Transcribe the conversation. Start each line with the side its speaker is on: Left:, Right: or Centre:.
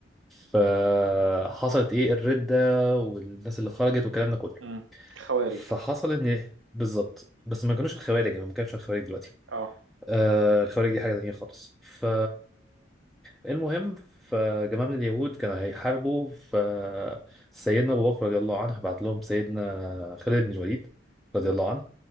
Centre: فحصلت ايه الردة والناس اللي خرجت والكلام ده كله
Right: مم. خوارج
Centre: فحصل ان بالظبط بس ما كانوش الخوارج يعني ما كانش الخوارج دلوقتي
Right: اه
Centre: آه الخوارج دي حاجة تانية خالص ف المهم فجماعة من اليهود كانوا هيحاربوا فسيدنا أبو بكر رضي الله عنه بعت لهم سيدنا خالد بن الوليد رضي
Right: مم.
Centre: الله عنه